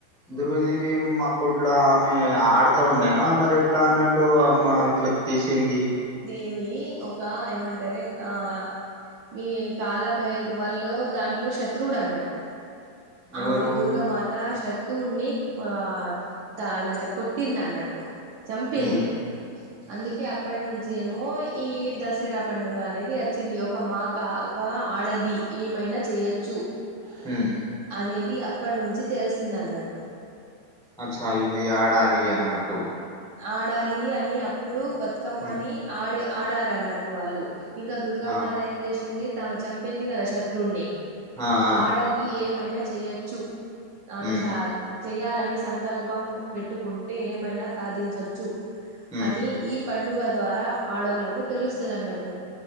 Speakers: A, in the centre; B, on the right (about 85°).
A: దుర్గదేవి అప్పట్లా ఆమె ఆడతా ఉండేనా మరి ఎట్లా అన్నట్టు అమ్మ ఇట్లా తీసింది
B: వి ఒక ఏమంటార ఆ మీ కాలభే వాళ్ళు దాంట్లో శత్రువుడు అన్నట్టు
A: ఎవరు
B: ఆమె దుర్గా మాత శ దూణి ఆ ఏమంటే కొట్టింది అన్నట్టు చంపింది
A: ఉమ్
B: అందుకే అప్పటి నుంచి ఏమో ఈ దసరా పండుగ అనేది వచ్చింది ఒక మాక ఒక ఆడది ఏమైనా చేయొచ్చు
A: హ్మ్మ్
B: అనేది అప్పటినుంచి తెలిసిందన్నట్టు
A: అచ్చా ఇది ఆడాలి అన్నట్టు
B: ఆడాలి అని అప్పుడు బతుకమ్మని
A: ఉమ్
B: ఆడ ఆడాలిన్నట్టు వాళ్ళు ఇంకా దుర్గామాత
A: ఆ
B: ఏం చేసింది తామ చంపింది కదా శత్రువుల్ని
A: ఆ ఆ
B: ఆడది ఏమైనా చెయ్యొచ్చు ఆమె
A: ఉమ్
B: సా చెయాలని సంకల్పం పెట్టుకుంటే ఏమైనా సాధించచ్చు
A: ఉమ్
B: అని ఈ పండుగ ద్వారా ఆడోళ్ళలకు తెలుస్తుందిన్నట్టు